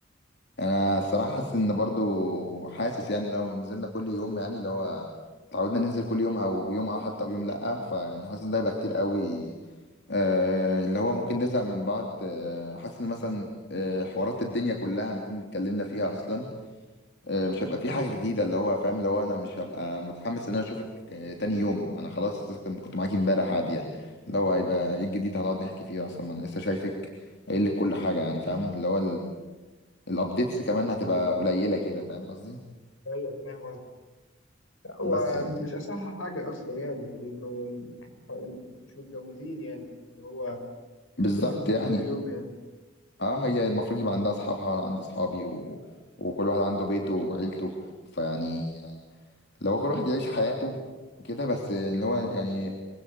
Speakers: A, on the left; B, on the left.
A: انا الصراحه حاسس ان برضو حاسس يعني لو نزلنا كل يوم يعني اللي هو اتعودنا ننزل كل يوم او يوم اه حتى ويوم لا فيعني حاسس ده هيبقى كتير قوي آه، اللي هو ممكن نزهق من بعض آه، حاسس ان مثلا آه، حوارات الدنيا كلها هنكون اتكلمنا فيها اصلا آه، مش هيبقى في حاجه جديده اللي هو فاهم اللي هو انا مش هبقى متحمس ان انا اشوفك آه، تاني يوم انا خلاص كنت كنت معاكي امبارح عادي يعني اللي هو هيبقى ايه الجديد هنقعد نحكي فيه اصلا ما انا لسه شايفك قايل لك كل حاجه يعني فاهم اللي هو الابديتس كمان هتبقى قليله كده فاهم قصدي
B: ايوه فاهم هو
A: بس يعني
B: مش أصح حاجة أصلا يعني لأنه أنتوا مش متجوزين يعني اللي هو
A: بالظبط
B: ليه تنزل
A: يعني
B: كل يوم يعني
A: اه هي المفروض يبقى عندها اصحابها وانا عندي اصحابي و... وكل واحد عنده بيته وعيلته فيعني لو كل واحد يعيش حياته كده بس يعني اللي هو يعني